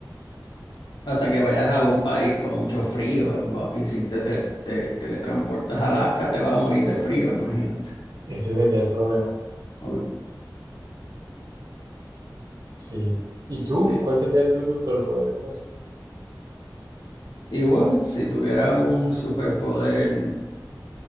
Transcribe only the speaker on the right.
Ese sería el problema.
Sí. ¿Y tú?
¿Cuál sería tu superpoder entonces?